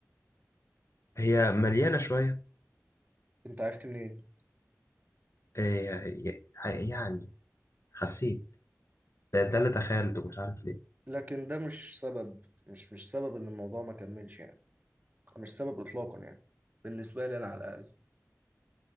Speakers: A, on the left (about 60°); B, on the right (about 30°).
A: هي مليانة شوية
B: انت عرفت منين
A: إيه ي- يعني حسيت ده, ده اللي تخيلته مش عارف ليه
B: لكن ده مش سبب مش مش سبب ان الموضوع ما كملش يعني مش سبب اطلاقا يعني بالنسبه لي انا على الاقل